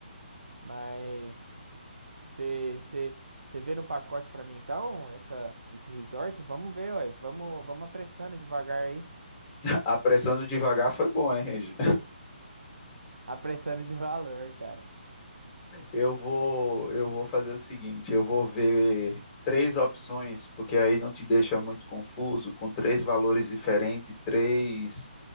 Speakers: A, on the right; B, on the left.
A: Mas você você- você vê no pacote pra mim, então, essa, esse resort? Vamos ver, ué. Vamos, vamos apressando devagar aí.
B: <laughs> Apressando devagar foi bom, hein, Regi?
A: Apressando de valor, cara.
B: Eu vou, eu vou fazer o seguinte, eu vou ver três opções, porque aí não te deixa muito confuso, com três valores diferentes, três